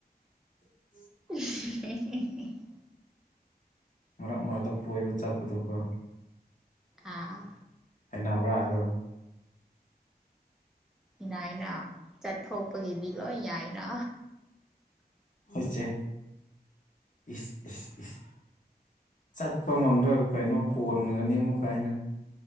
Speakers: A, on the left; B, in the centre.
A: <inaudible>
B: <unintelligible>
A: ꯃꯔꯛ ꯃꯔꯛꯇ ꯀꯣꯏꯕ ꯆꯠꯄꯗꯀꯣ
B: ꯑꯥ
A: ꯍꯩꯅꯕ꯭ꯔꯥ ꯑꯂꯣ
B: ꯏꯅꯥꯏꯅ ꯆꯠꯊꯣꯛꯄꯒꯤꯗꯤ ꯂꯣꯏ ꯌꯥꯏꯅ
A: ꯍꯣꯏꯆꯦ ꯏꯁ ꯏꯁ ꯏꯁ ꯆꯠꯄ ꯉꯝꯗ꯭ꯔꯒ ꯀꯩꯅꯣ ꯄꯣꯟꯒꯅꯤ ꯑꯃꯨꯛ ꯀꯥꯏꯅ